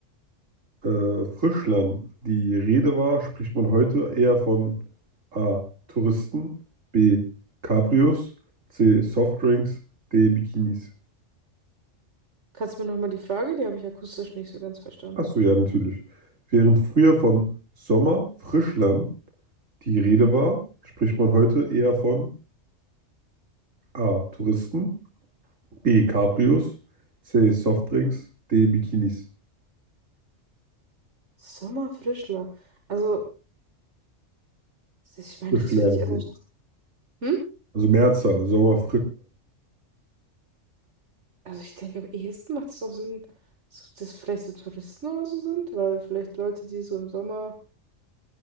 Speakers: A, on the right; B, on the right.
A: äh, Frischland die Rede war, spricht man heute eher von A. Touristen, B. Cabrios, C. Softdrinks, D. Bikinis.
B: Kannst du mir nochmal die Frage? Die habe ich akustisch nicht so ganz verstanden.
A: Achso, ja, natürlich. Während früher von Sommer Frischland die Rede war, spricht man heute eher von A. Touristen, B. Cabrios, C. Softdrinks, D. Bikinis.
B: Sommerfrischler. Also, ich meine,
A: Frischlehrer.
B: das wird sich. Also, Hm?
A: Also Mehrzahl, sauer
B: Also ich denke, am ehesten macht es auch Sinn, so, dass vielleicht so Touristen oder so sind, weil vielleicht Leute, die so im Sommer